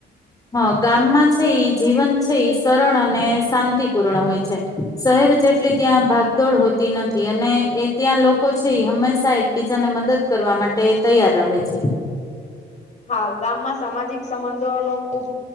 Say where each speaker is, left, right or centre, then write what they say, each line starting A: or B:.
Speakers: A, on the left; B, on the left.
A: હા ગામમાં છે એ જીવન છે એ સરળ અને શાંતિપૂર્ણ હોય છે શહેર જેટલી ત્યાં ભાગદોડ હોતી નથી અને એ ત્યાં લોકો છે એ હંમેશા એકબીજાને મદદ કરવા માટે તૈયાર રહે છે.
B: હા ગામમાં સામાજિક સંબંધોનો ખૂબ